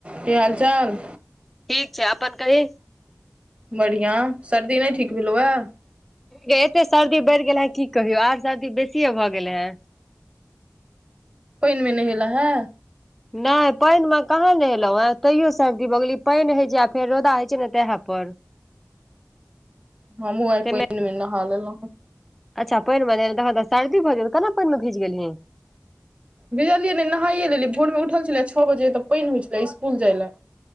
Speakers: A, on the right; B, in the centre.
A: की हाल चाल
B: ठीक छै अपन कही
A: बढ़ियाँ सर्दी नहि ठीक भेलौ हए
B: गै एते सर्दी बढ़ि गेल हे की कहियौ आर सर्दी बेसिए भऽ गेले हेन
A: पइन मे नहेले हँ
B: नहि पानि मे कहाँ नहेलहुँ हें तैयो सर्दी भऽ गेली पानि होइ छै आ फेर रौदा होइ छै ने तेह पर
A: हमहूँ आइ
B: ताहिमे
A: पानि मे नहा लेलौं
B: अच्छा पानि मे सर्दी भऽ गेल केना पानि मे भीज गेलहीन
A: भीजलियै नहि नहाइए लेलियै भोरमे उठल छलियै छओ बजे तऽ पानि होइत छलै स्कूल जाइ लए